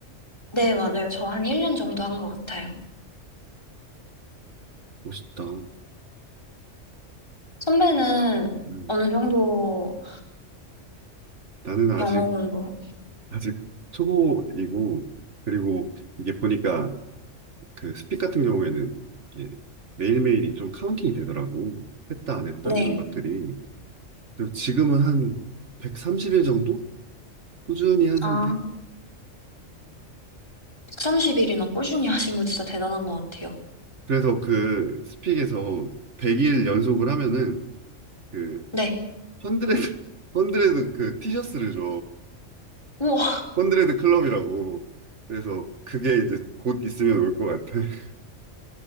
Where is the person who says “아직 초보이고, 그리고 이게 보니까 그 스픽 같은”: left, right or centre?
Right